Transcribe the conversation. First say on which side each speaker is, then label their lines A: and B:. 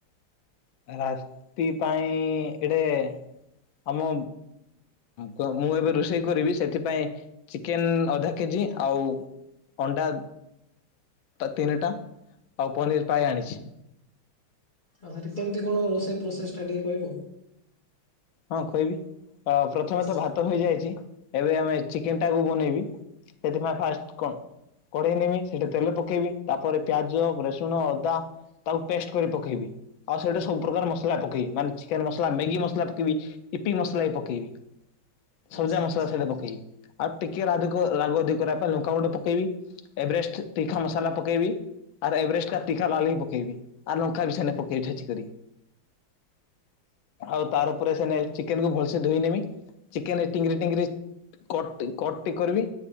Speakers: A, on the left (about 75°); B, on the left (about 30°).
A: ରାତି ପାଇଁ ଏଇଟେ ଆମ, ଉଁ ମୁଁ ଏବେ ରୋଷେଇ କରିବି ସେଥିପାଇଁ ଚିକେନ୍ ଅଧା କେଜି ଆଉ ଅଣ୍ଡା ତ ତିନିଟା ଆଉ ପନିର୍ ପାଇଁ ଆଣିଛି।
B: ଆଉ ସେଠି କେମିତି କଣ ରୋଷେଇ ପ୍ରୋସେସଟା ଟିକେ କହିବ।
A: ହଁ କହିବି ପ୍ରଥମେ
B: ନିଶ୍ଚୟ
A: ତ ଭାତ ହେଇଯାଇଛି ଏବେ ଆମେ ଚିକେନ ଟାକୁ ବନେଇବି ସେଥିପାଇଁ ଫାଷ୍ଟ କଣ? କଢେଇ ନେବି ସେଇଠେ ତେଲ ପକେଇବି ତାପରେ ପିଆଜ ରସୁଣ ଅଦା ତାକୁ ପେଷ୍ଟ କରି ପକେଇବି ଆଉ ସେଇଠି ସବୁ ପ୍ରକାର ମସଲା ପକେଇବି ମାନେ ଚିକେନ ମସଲା ମ୍ୟାଗି ମସଲା ପକେଇବି ଇପି ମସଲା ବି ପକେଇବି
B: ଆଚ୍ଛା
A: ସବୁ ଯାକ
B: ଆଚ୍ଛା
A: ମସଲା ସେଇଠେ ପକେଇବି ଆଉ ଟିକେ ରାଧ ରାଗ ଅଧିକ କରିବା ପାଇଁ ଲଙ୍କା ଗୁଣ୍ଡ ପକେଇବି ଏଭରେଷ୍ଟ ତିଖା ମସଲା ପକେଇବି ଆର୍ ଏଭରେଷ୍ଟ ତିଖା ଲାଲ ହି ପକେଇବି ଆଉ ଲଙ୍କା ବି ସେନେ ପକେଇବି ଛେଚିି କରି ଆଉ ତାର ଚିକେନ କୁ ଭଲସ ଧୋଇ ନେମି ଚିକେନ ରେ ଟିଙ୍ଗିରି ଟିଙ୍ଗିରି କଟ କଟି କରିବି